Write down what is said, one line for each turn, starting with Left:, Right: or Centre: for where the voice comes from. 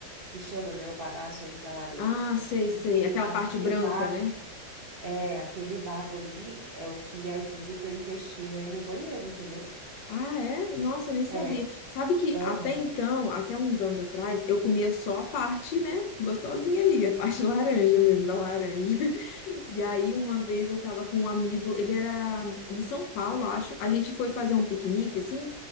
Right: que chama, né, o bagaço ali da laranja.
Left: Ah, sei, sei.
Right: Porque
Left: Aquela
Right: aquele
Left: parte branca,
Right: bago.
Left: né?
Right: É, aquele bago ali é o que ajuda o teu intestino aí no banheiro, entendeu?
Left: Ah, é? Nossa, eu nem sabia.
Right: É.
Left: Sabe que
Right: Aham.
Left: até então, até uns anos atrás, eu comia só a parte, né? Gostosinha ali, a parte <laughs> laranja
Right: Sim.
Left: mesmo, da laranja. E aí, uma vez eu tava com um amigo, ele era de São Paulo, acho. A gente foi fazer um piquenique, assim.